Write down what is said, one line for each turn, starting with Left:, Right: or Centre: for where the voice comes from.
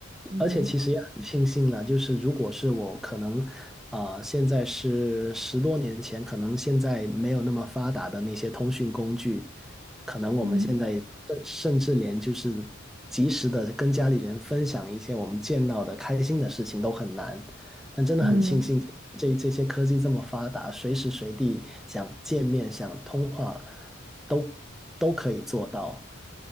Right: 嗯
Centre: 而且其实也很庆幸了，就是如果是我可能，啊、现在是十多年前，可能现在没有那么发达的那些通讯工具，可能我们现在甚甚至连就是及时的跟家里人分享一些我们见到的开心的事情都很难，
Right: 嗯。
Centre: 但真的很庆幸这这些科技这么发达，
Right: 嗯嗯。
Centre: 随时随地想见面、想通话都都可以做到。